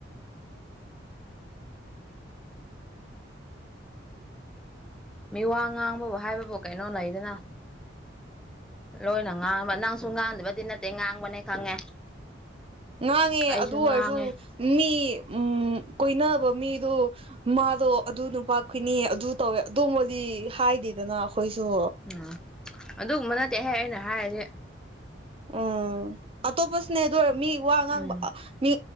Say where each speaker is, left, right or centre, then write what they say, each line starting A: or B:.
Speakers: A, in the centre; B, on the right (about 30°).
A: ꯃꯤꯋꯥ ꯉꯥꯡꯕꯕꯨ ꯍꯥꯏꯕꯕꯨ ꯀꯩꯅꯣ ꯂꯩꯗꯅ ꯂꯣꯏꯅ ꯉꯥꯡꯕ ꯅꯪꯁꯨ ꯉꯥꯡꯗꯕꯗꯤ ꯅꯠꯇꯦ ꯉꯥꯡꯕꯅꯦ ꯈꯪꯉꯦ
B: ꯉꯥꯡꯉꯦ
A: ꯑꯩꯁꯨ
B: ꯑꯗꯨ ꯑꯣꯏꯔꯁꯨ
A: ꯉꯥꯡꯉꯦ
B: ꯃꯤ ꯎ ꯀꯣꯏꯅꯕ ꯃꯤꯗꯨ ꯃꯥꯗꯣ ꯑꯗꯨ ꯅꯨꯄꯥ ꯀꯨꯏꯅꯤ ꯑꯗꯨ ꯇꯧꯋꯦ ꯑꯗꯣꯕꯨꯗꯤ ꯍꯥꯏꯗꯦꯗꯅ ꯑꯩꯈꯣꯏꯁꯨ
A: ꯎꯝ ꯑꯗꯨꯒꯨꯝꯕ ꯅꯠꯇꯦ ꯑꯩꯍꯦꯛ ꯑꯩꯅ ꯍꯥꯏꯔꯗꯤ
B: ꯑꯣ ꯑꯇꯣꯞꯄꯁꯨꯅꯦ ꯑꯗꯨ ꯑꯣꯏꯔ ꯃꯤ ꯋꯥ ꯉꯥꯡꯕ
A: ꯎꯝ
B: ꯃꯤ